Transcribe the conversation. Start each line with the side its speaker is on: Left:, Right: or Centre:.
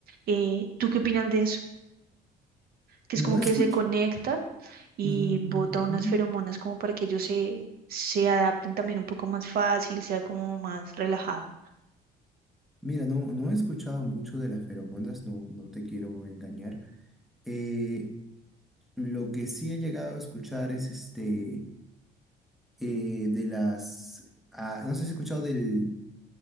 Right: Eh, ¿tú qué opinas de eso? Que
Centre: No
Right: es como
Centre: escuch...
Right: que se conecta y
Centre: Mm,
Right: bota unas feromonas como para que ellos se, se adapten también un poco más fácil, sea como más relajado.
Centre: Mira, no, no he escuchado mucho de las feromonas, no, no te quiero engañar. Eh, lo que sí he llegado a escuchar es este eh, de las ah, no sé si has escuchado del